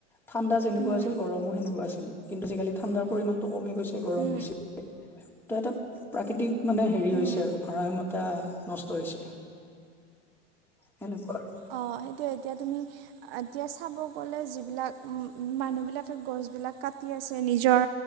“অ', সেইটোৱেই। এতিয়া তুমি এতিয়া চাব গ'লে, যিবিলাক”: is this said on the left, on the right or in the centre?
Right